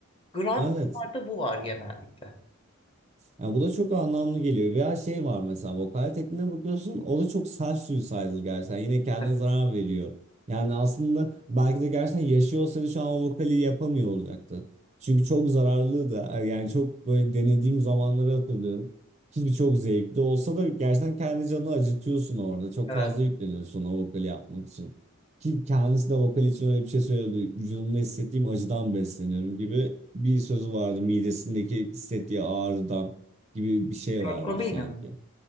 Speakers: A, on the left (about 25°); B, on the right (about 30°).
A: Grunge'larda
B: Evet
A: bu var genellikle.
B: Ya bu da çok anlamlı geliyor. Veya şey var mesela vokal tekniğine bakıyorsun o da çok self suicidal gerçekten. Yine kendine
A: Evet.
B: zarar veriyor. Yani aslında belki de gerçekten yaşıyor olsaydı şu an o vokali yapamıyor olacaktı. Çünkü çok zararlı da yani çok böyle denediğim zamanları hatırlıyorum. Hiçbir çok zevkli olsa da gerçekten kendi canını acıtıyorsun orada. Çok
A: Evet.
B: fazla yükleniyorsun o vokali yapmak için. Ki kendisi de vokal için öyle bir şey söylüyordu. Vücudumda hissettiğim acıdan besleniyorum gibi bir sözü vardı midesindeki hissettiği ağrıdan gibi bir şey
A: Kurt
B: vardı
A: Cobain'in
B: sanki.
A: mi?